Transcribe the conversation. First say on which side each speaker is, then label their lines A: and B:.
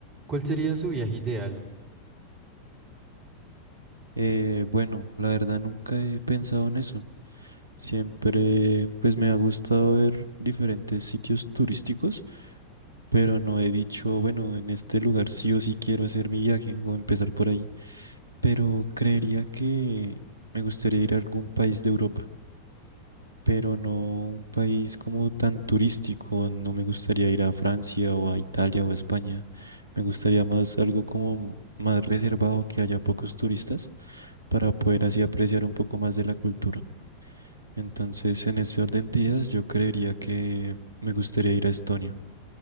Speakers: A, on the right; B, on the right.
A: ¿Cuál sería su viaje ideal?
B: Eh, bueno, la verdad nunca he pensado en eso. Siempre, pues me ha gustado ver diferentes sitios turísticos, pero no he dicho, bueno, en este lugar sí o sí quiero hacer mi viaje o empezar por ahí. Pero creería que me gustaría ir a algún país de Europa pero no un país como tan turístico. No me gustaría ir a Francia o a Italia o a España. Me gustaría más algo como más reservado, que haya pocos turistas, para poder así apreciar un poco más de la cultura. Entonces, en ese orden
A: Eh,
B: de ideas,
A: sí,
B: yo creería que me gustaría ir a Estonia.